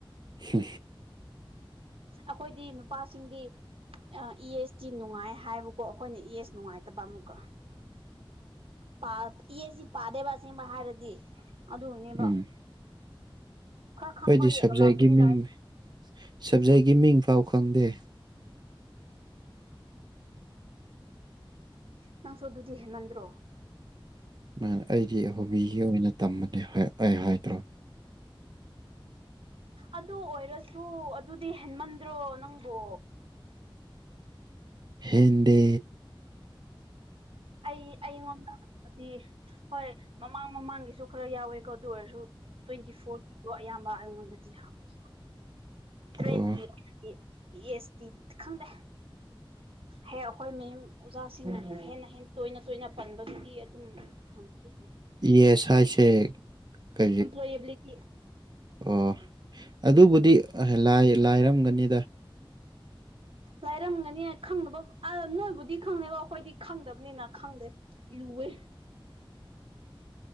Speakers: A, on the right (about 50°); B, on the right (about 90°).
A: ꯁ
B: ꯑꯩꯈꯣꯏꯗꯤ ꯅꯨꯄꯥꯁꯤꯡꯗꯤ ꯑ ꯏ ꯑꯦꯁꯇꯤ ꯅꯨꯡꯉꯥꯏ ꯍꯥꯏꯕꯀꯣ ꯑꯩꯈꯣꯏꯅ ꯏ ꯑꯦꯁ ꯅꯨꯡꯉꯥꯏꯇꯕ ꯑꯃꯨꯛꯀ
A: <unintelligible>
B: ꯄꯥ ꯏꯁꯤ ꯄꯥꯗꯦꯕꯥꯁꯤ ꯃꯍꯥꯔꯥꯖ ꯑꯗꯨꯅꯦꯕ
A: ꯎꯝ
B: ꯈꯔ ꯈꯪꯕ
A: ꯑꯩꯈꯣꯏꯗꯤ ꯁꯕꯖꯦꯛꯀꯤ
B: ꯌꯦꯛꯂ ꯂꯥꯛꯄꯨꯗꯤ
A: ꯃꯤꯡ
B: ꯂꯥꯛꯑꯦ
A: ꯁꯕꯖꯦꯛꯀꯤ ꯃꯤꯡ ꯐꯥꯎ ꯈꯪꯗꯦ
B: ꯅꯪꯁꯨ ꯑꯗꯨꯗꯤ ꯍꯦꯟꯃꯟꯗ꯭ꯔꯣ
A: ꯃꯥ ꯑꯩꯗꯤ ꯍꯣꯕꯤꯒꯤ ꯑꯣꯏꯅ ꯇꯝꯕꯅꯦ ꯑꯩ ꯍꯥꯏꯗ꯭ꯔꯣ
B: ꯑꯗꯨ ꯑꯣꯏꯔꯁꯨ ꯑꯗꯨꯗꯤ ꯍꯦꯟꯃꯟꯗ꯭ꯔꯣ ꯅꯪꯕꯣ
A: ꯍꯗꯤ
B: ꯑꯩ ꯑꯩꯉꯣꯟꯗꯗꯤ ꯍꯣꯏ ꯃꯃꯥꯡ ꯃꯃꯥꯡꯒꯤꯁꯨ ꯈꯔ ꯌꯥꯎꯋꯦꯀꯣ ꯑꯗꯨ ꯑꯣꯏꯔꯁꯨ ꯇ꯭ꯋꯦꯟꯇꯤ ꯐꯣꯔꯒꯤꯗꯣ ꯑꯌꯥꯝꯕ ꯑꯩꯉꯣꯟꯗꯗꯤ ꯍꯪꯉꯤ ꯇ꯭ꯔꯦꯠꯀꯤ
A: ꯑꯣ
B: ꯑꯣꯏꯅꯗꯤ ꯌꯦꯁꯇꯤ ꯈꯪꯗꯦ ꯍꯦ ꯑꯩꯈꯣꯏ ꯃꯦꯝ ꯑꯣꯖꯥꯁꯤꯡꯅ ꯍꯦꯟꯅ ꯍꯦꯟꯅ ꯇꯣꯏꯅ ꯇꯣꯏꯅ ꯄꯟꯕꯒꯤꯗꯤ ꯑꯗꯨꯝ ꯍꯪꯗꯤ ꯍꯥꯏ
A: ꯏ ꯑꯦꯁꯥꯁ ꯀ
B: ꯑꯦꯝꯄ꯭ꯂꯣꯌꯦꯕꯤꯂꯤꯇꯤ
A: ꯑꯣ ꯑꯗꯨꯕꯨꯗꯤ ꯂꯥꯏꯔꯝꯒꯅꯤꯗ
B: ꯂꯥꯏꯔꯝꯒꯅꯤ ꯈꯪꯅꯕ ꯅꯣꯏꯕꯨꯗꯤ ꯈꯪꯅꯦꯕꯣ ꯑꯩꯈꯣꯏꯗꯤ ꯈꯪꯗꯕꯅꯤꯅ ꯈꯪꯗꯦ ꯏ ꯎꯋꯦ